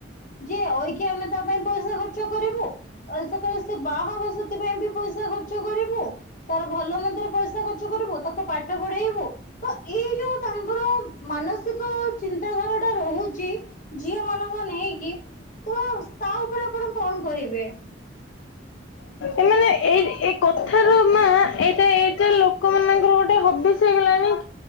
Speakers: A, on the left; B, on the left.
A: ଯେ ଅଇକି ଆମେ ତା ପାଇଁ ପଇସା ଖର୍ଚ୍ଚ କରିବୁ। କାଲି ସକାଳେ ସେ ବାହା ବ ସେଥିପାଇ ବି ପଇସା ଖର୍ଚ୍ଚ କରିବୁ। ତାର ଭଲ ମନ୍ଦରେ ପଇସା ଖର୍ଚ୍ଚ କରିବୁ ତାକୁ ପାଠ ପଢେଇବୁ। ତ ଏଇ ଯୋଉ ତାଙ୍କର ମାନସିକ ଚିନ୍ତାଧାରା ଟା ରହୁଛି ଝିଅ ମାନଙ୍କ ନେଇକି ତ ତା ଉପରେ ଆପଣ କଣ କହିବେ?
B: ଏ ମାନେ ଏଇ ଏ କଥାର ମା ଏଇଟା ଏଇଟା ଲୋକ ମାନଙ୍କର ଗୋଟେ ହ ବିଶ ହେଇଗଲାଣି।